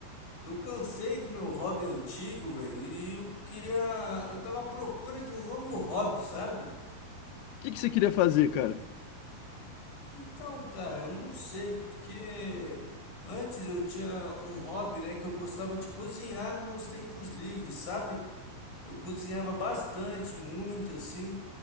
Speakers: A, on the left; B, on the left.
A: eu cansei do meu hobby antigo, velho, e eu queria, eu tava à procura de um novo hobby, sabe?
B: que que você queria fazer, cara?
A: Então, cara, eu não sei, porque antes eu tinha um hobby, né, que eu gostava de cozinhar nos meus tempos livres, sabe? Eu cozinhava bastante, muito assim,